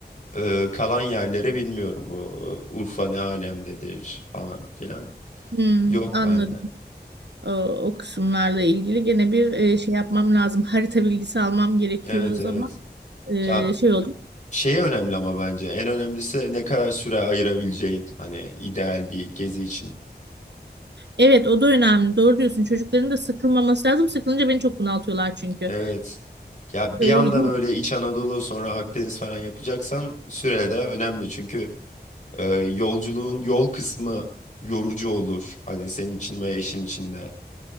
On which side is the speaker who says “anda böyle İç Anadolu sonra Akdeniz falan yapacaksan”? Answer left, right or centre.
Left